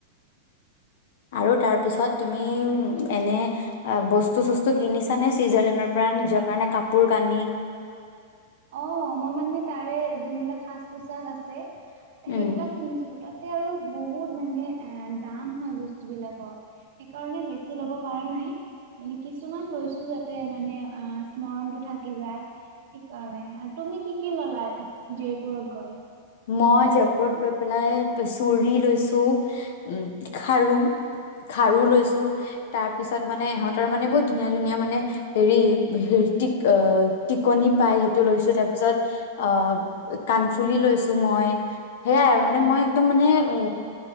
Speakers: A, on the left; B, on the right.
A: আৰু তাৰপিছত তুমি এনে। আ বস্তু-চস্তু কিনিছা নে চুইজাৰলেণ্ডৰ পৰা নিজৰ কাৰণে কাপোৰ-কানি।
B: অ মই মানে তাৰে যোন বিলাক সাজ- পোছাক আছে সেইবিলাক
A: উম
B: কিনিছো তাত। তাতে আৰু বহুত মানে আ দাম হয় বস্তুবিলাকৰ। সেইকাৰণে বেছি ল'ব পাৰা নাই। মানে কিছুমান বস্তু যাতে মানে আহ স্মৰণতটো থাকি যায়। কাৰণে তুমি কি কি ললা জয়পুৰত গৈ।
A: মই
B: ৰাজস্থানী
A: জয়পুৰত গৈ পেলাই চুৰি লৈছো, উ খাৰু। খাৰু লৈছোঁ। তাৰ পিছত মানে ইহঁতৰ মানে বহুত ধুনীয়া ধুনীয়া মানে হেৰি হৃত্বিক অ। টিকনি পাই সেইটো লৈছোঁ তাৰ পিছত অ কাণফুলি লৈছোঁ। মই সেইয়াই আৰু মানে মই একদম মানে অ।